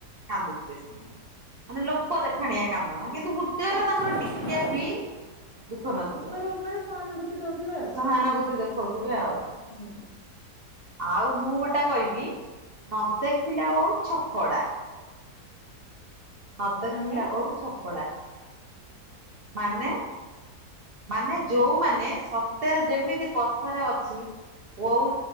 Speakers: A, on the right; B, on the left.
A: କାନ୍ଦୁଥିବେ ସେମାନେ। ମାନେ
B: ହଁ
A: ଲୋକ ଦେଖାଣିଆ
B: ଉପ-
A: କାନ୍ଦଣା
B: ହଁ
A: କିନ୍ତୁ ହୃଦୟରେ
B: ଉପ-
A: ତାଙ୍କର ଟିକେ ବି ଦୁଃଖ ନଥିବ।
B: ଉପରେ ଉପରେ ସହାନୁଭୂତି ଦଉଥିବେ ଆଉ।
A: ସହାନୁଭୂତି ଦେଖଉଥିବେ ଆଉ।
B: ହୁଁ।
A: ଆଉ ମୁଁ ଗୋଟେ କହିବି ନ ଦେଖିଲା ଓଉ ଛପଡା। ନଦେଖିଲା
B: ମାନେ
A: ଓଉ ଛପଡା। ମାନେ? ମାନେ ଯୋଉମାନେ ସତରେ ଯେମିତି କଥାରେ ଅଛି। ଓଉ